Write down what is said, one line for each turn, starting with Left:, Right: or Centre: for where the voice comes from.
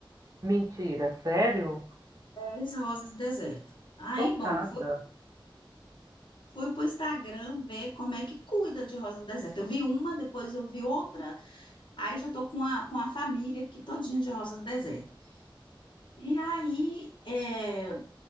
Right: mentira, sério?
Left: 10 rosas do deserto. Aí,
Right: Chocada.
Left: bom, fui, fui pro Instagram ver como é que cuida de rosa do deserto. Eu vi uma, depois eu vi outra, aí já tô com a, com a família aqui todinha de rosa do deserto. E aí, é,